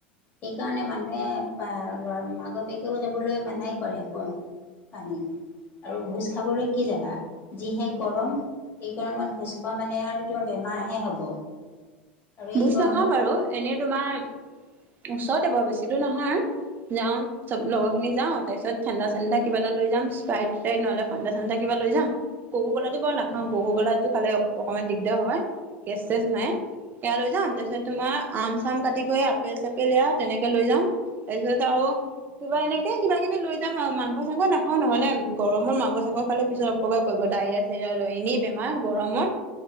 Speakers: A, on the left (about 35°); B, on the right (about 30°).
A: সেইকাৰণে মানুহে অহ, আগতিয়াকেও যাবলৈ মানাই কৰে কয়। পানী। আৰু ভোজ খাবলৈ কি যাবা যিহে গৰম, এই গৰমত ভোজ খোৱা মানে মানে আৰু তোমাৰ বেমাৰহে হ'ব। আৰু এই
B: ভোজ
A: গৰমত
B: নাখাওঁ বাৰু এনেই তোমাৰ ওচৰতে বৰ বেছি দূৰ নহয়। যাওঁ চব লগৰখিনি যাওঁ, তাৰপিছত ঠাণ্ডা-চাণ্ডা কিবা এটা লৈ যাম স্পাইট-স্চাইট নহ'লে ঠাণ্ডা-ঠাণ্ডা কিবা লৈ যাম, কককলাটো বাৰু নাখাওঁ, ককগলাটো খালে অকণমান দিগদাৰ হয়। কেচ-চেছ নাই। এয়া লৈ যাম তাৰপিছত তোমাৰ আম-চাম কাটি কৰি আপেল-চাপেল এয়া তেনেকে লৈ যাম। তাৰপিছত আৰু কিবা এনেকে কিবা-কিবি লৈ যাম আৰু মাংস-চাংস নাখাওঁ, নহ'লে গৰমৰ মাংস-চাংস খালে পিছত অপকাৰ কৰিব ডাইৰিয়া-চাইৰিয়া লৈ এনেই বেমাৰ গৰমত,